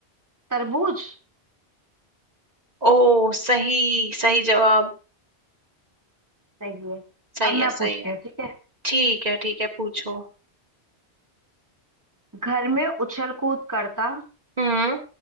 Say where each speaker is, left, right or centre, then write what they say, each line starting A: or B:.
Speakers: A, on the right; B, on the right.
A: तरबूज
B: ओ सही सही जवाब
A: सही है
B: सही
A: अब मैं
B: है सही
A: पूछती
B: है
A: हूँ ठीक है
B: ठीक है ठीक है पूछो
A: घर में उछल कूद करता
B: हम्म